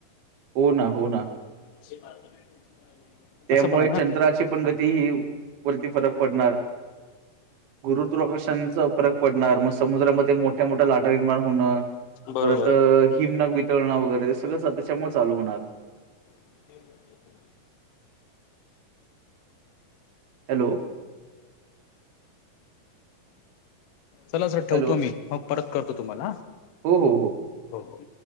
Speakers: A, on the right (about 90°); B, on the left (about 85°).
A: हो ना, हो ना.
B: <unintelligible>
A: त्यामुळे
B: आहे ना
A: चंद्राचे पण गती. वरती फरक पडणार, गुरुत्वाकर्षणाचा फरक पडणार, मग समुद्रामध्ये मोठ्या मोठ्या लाटा निर्माण होणं,
B: बरोबर
A: परत हिमनवी तळण वगैरे, ते सगळंच त्याच्यामुळे चालू होणार.
B: <unintelligible>
A: हॅलो.
B: चला सर, ठेवतो
A: हॅलो
B: मी, मग परत करतो तुम्हाला.
A: हो हो हो.
B: हो हो.